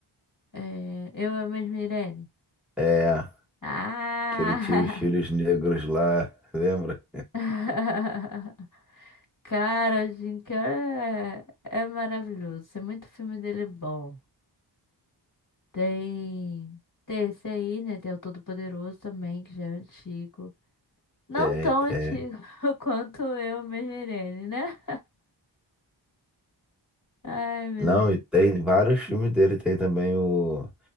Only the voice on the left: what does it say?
É, eu, eu mesma, Irene.
Ah!
<laughs> Cara, Jim Carrey é, é maravilhoso. Tem muito filme dele bom. Tem, tem esse aí, né? Tem o Todo-Poderoso também, que já é antigo. Não
tão
antigo <laughs> quanto eu mesma, Irene, né? Ai, meu
Deus.